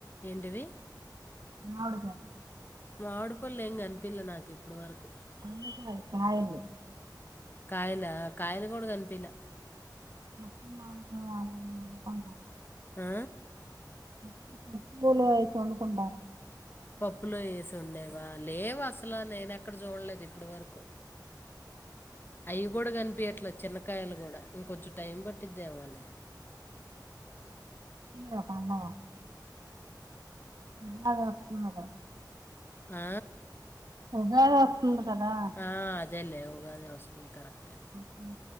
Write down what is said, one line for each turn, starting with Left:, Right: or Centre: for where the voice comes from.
Left: డివి.
Right: మామిడిపళ్.
Left: మామిడి పళ్ళు ఏం గనిపియ్యలే, నాకు ఇప్పుడ్ వరకు.
Right: పళ్ళు కాదు, కాయలు.
Left: కాయలా, కాయల్ గుడా గన్పిలా.
Right: పచ్చి మామిడి పళ్ళు అమ్ముతున్నారు.
Left: ఆ
Right: పప్పు పప్పులో వేసి వండుకుంటారు
Left: పప్పులో వేసి వండేవా లేవు అసలు నేను ఎక్కడ చూడలేదు ఇప్పటి వరకు అయి కూడా కని పీట్లో చిన్నకాయలు కూడా ఇంకొంచెం టైం పట్టిందేమోలే
Right: దా పండగ పండగ వస్తుందిగా
Left: ఆ
Right: ఉగాది వస్తుంది కదా
Left: ఆ, అదేలే ఉగాది వస్తుంది కరెక్టే
Right: అప్పుడు